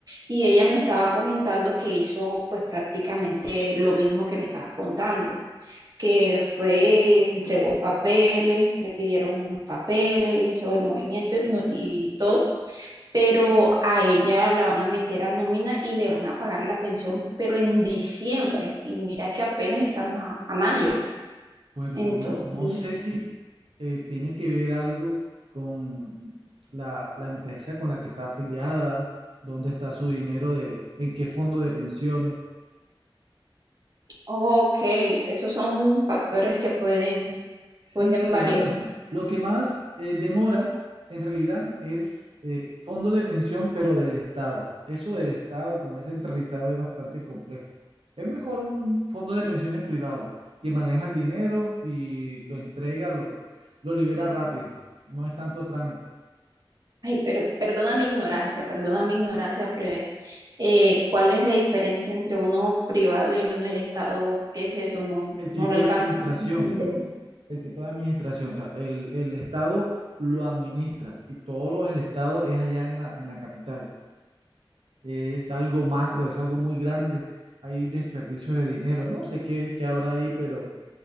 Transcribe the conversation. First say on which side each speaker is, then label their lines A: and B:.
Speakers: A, on the right; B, on the right.
A: y ella me estaba comentando que hizo pues prácticamente lo mismo que me estás contando que fue, entregó papeles, le pidieron unos papeles, hizo el movimiento y, no- y todo, pero a ella la van a meter a nómina y le van a pagar la pensión, pero en diciembre. Y mira que apenas estamos a, a mayo.
B: Bueno,
A: Entonces,
B: no, no sé si eh, tiene que ver algo con la, la empresa con la que está afiliada, dónde está su dinero, de, en qué fondo de pensiones.
A: ok, esos son factores que pueden,
B: Sí,
A: pueden
B: claro.
A: variar.
B: Lo que más eh, demora en realidad es eh, fondo de pensión, pero del Estado. Eso del Estado, como es centralizado, es bastante complejo. Es mejor un fondo de pensiones privado que maneja el dinero y lo entrega, lo, lo libera rápido. No es tanto trámite.
A: Ay, pero perdona mi ignorancia, perdona mi ignorancia, pero eh, ¿cuál es la diferencia entre uno privado y uno del Estado? ¿Qué es eso? No,
B: El
A: no
B: tipo
A: lo alcanzo
B: de administración,
A: a entender.
B: el tipo de administración, o sea, el, el Estado lo administra y todo lo del Estado es allá en la, en la capital. Es algo macro, es algo muy grande. Hay desperdicios de dinero, no sé qué, qué habrá ahí, pero,